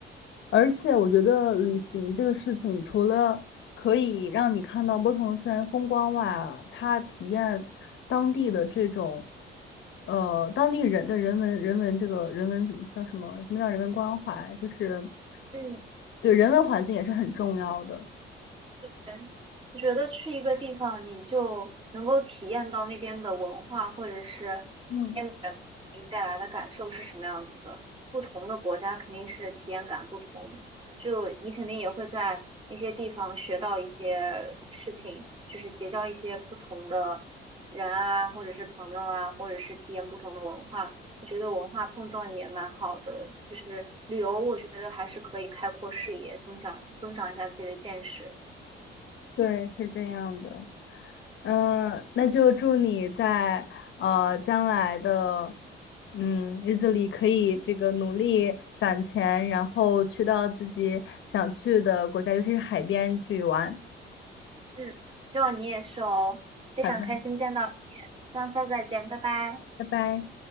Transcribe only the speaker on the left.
而且我觉得旅行这个事情，除了可以让你看到不同的自然风光外啊，它体验当地的这种呃，当地人的人文人文这个人文叫什么？什么叫人文关怀？就是
对人文环境也是很重要的。
嗯，
对，是这样的。嗯，那就祝你在呃将来的嗯日子里可以这个努力攒钱，然后去到自己想去的国家，尤其是海边去玩。
好的，
拜拜。